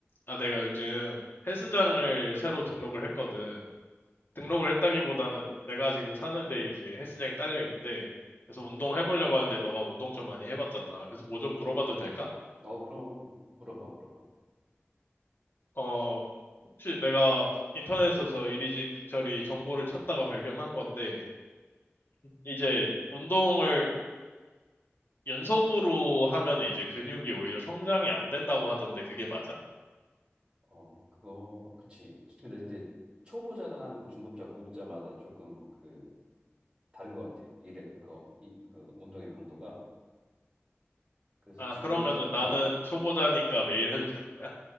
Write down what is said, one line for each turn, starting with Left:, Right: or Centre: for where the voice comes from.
Left: 아, 내가 요즘 헬스장을 새로 등록을 했거든. 등록을 했다기보다는 내가 지금 사는데 이제 헬스장이 딸려 있는데, 그래서 운동 해보려고 하는데 너가 운동 좀 많이 해봤잖아. 그래서 뭐 좀 물어봐도 될까?
Right: 어, 그럼 물어봐, 물어봐.
Left: 어, 혹시 내가 인터넷에서 이리저리 정보를 찾다가 발견한 건데, 이제 운동을 연속으로 하면 이제 근육이 오히려 성장이 안 된다고 하던데 그게 맞아?
Right: 어, 그거, 그치. 근데 이제 초보자랑 중급자, 고급자마다 조금 그 다른 것 같아. 일에 그, 이, 그 운동의 강도가. 그래서
Left: 아,
Right: 지금,
Left: 그러면은 나는
Right: 어, 어,
Left: 초보자니까 매일 해도 되는 거야?